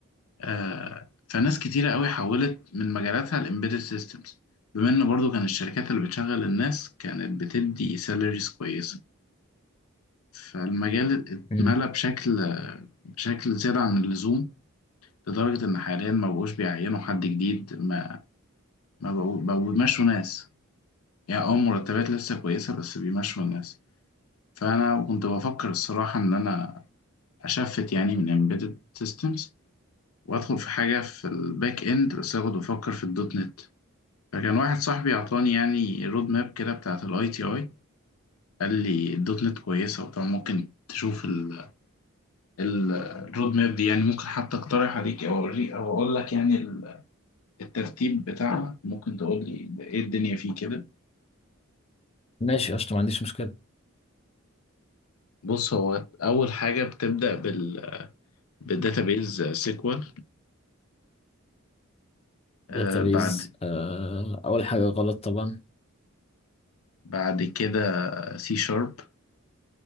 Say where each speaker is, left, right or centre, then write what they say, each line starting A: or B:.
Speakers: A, on the left; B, on the left.
A: آه، فناس كتيرة قوي حولت من مجالاتها الامبيدد سيستمز بما ان برضو كان الشركات اللي بتشغل الناس كانت بتدي سالاريز كويسة فالمجال
B: امم
A: اتملى بشكل بشكل زيادة عن اللزوم لدرجة ان حاليا ما بقوش بيعينوا حد جديد ما ما بقوا بقوا بيمشوا ناس يعني اه مرتبات لسه كويسة بس بيمشوا الناس فانا كنت بفكر الصراحة ان انا اشفت يعني من امبيدد سيستمز وادخل في حاجة في الباك اند بس انا كنت بفكر في الدوت نت فكان واحد صاحبي اعطاني يعني رود ماب كده بتاعت الاي تي اي قال لي الدوت نت كويسه وطبعا ممكن تشوف ال- ال- الرود ماب دي يعني ممكن حتى اقترح عليك او اوريك او اقول لك يعني ال- الترتيب بتاعها ممكن تقول لي ده ايه الدنيا فيه كده
B: ماشي قشطة ما عنديش مشكلة
A: بص هو اول حاجه بتبدا بال بالداتابيز سيكوال آه
B: داتابيز
A: بعد
B: آه اول حاجة غلط طبعا
A: بعد كده سي شارب